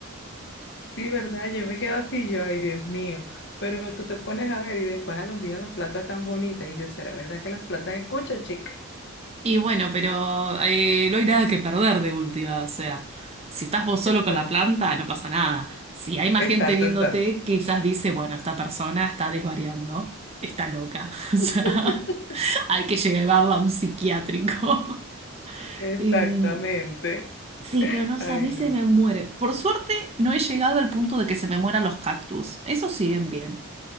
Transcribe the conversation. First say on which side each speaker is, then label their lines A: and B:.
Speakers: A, on the left; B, on the right.
A: Sí, verdad, yo me quedo así, yo, ay, Dios mío. Pero tú te pones a ver y después a los días las platas tan bonitas. Y yo, ¿será verdad que las platas escuchan, chica?
B: Y bueno, pero eh, no hay nada que perder de última. O sea, si estás vos solo
A: Exacto,
B: con la planta, no pasa nada. Si hay más
A: exacto,
B: gente viéndote,
A: exacto.
B: quizás dice, bueno, esta persona está desvariando, está loca. <laughs> O sea,
A: <laughs>
B: hay que llevarla a un psiquiátrico. <laughs>
A: Exactamente.
B: Em, sí, pero no
A: Ay,
B: sé, a mí
A: no.
B: se me muere. Por suerte, no he llegado al punto de que se me mueran los cactus. Esos siguen bien.